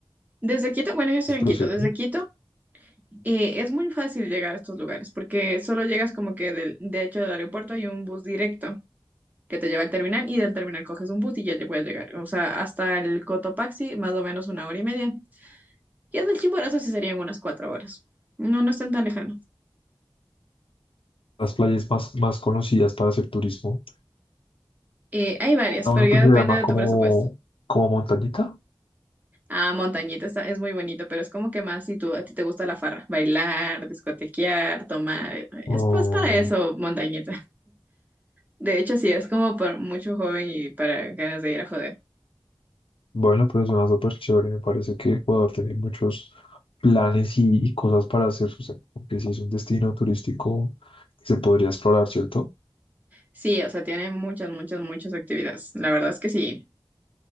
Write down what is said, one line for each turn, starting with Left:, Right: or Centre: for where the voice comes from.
Right: Desde Quito, bueno, yo estoy
Left: el proceso?
Right: en Quito. Desde Quito eh, es muy fácil llegar a estos lugares porque solo llegas como que del, de hecho del aeropuerto hay un bus directo que te lleva al terminal y del terminal coges un bus y ya te puedes llegar. O sea, hasta el Cotopaxi, más o menos una hora y media. Y hasta el Chimborazo sí serían unas cuatro horas. No, no es tan tan lejano.
Left: Las playas más, más conocidas para hacer turismo,
Right: Eh, hay varias,
Left: a
Right: pero
Left: uno
Right: ya
Left: que se
Right: depende
Left: llama
Right: de
Left: como,
Right: tu presupuesto.
Left: como montañita.
Right: Ah, Montañita está, es muy bonito, pero es como que más si tú, a ti te gusta la farra, bailar, discotequear, tomar. eh,
Left: o-
Right: Es más para eso, Montañita. De hecho, sí, es como para mucho joven y para ganas de ir a joder.
Left: bueno, pero suena súper chévere, me parece que Ecuador tiene muchos planes y, y cosas para hacer, o sea, como sí es un destino turístico que se podría explorar, ¿cierto?
Right: Sí, o sea, tiene muchas, muchas, muchas actividades. La verdad es que sí.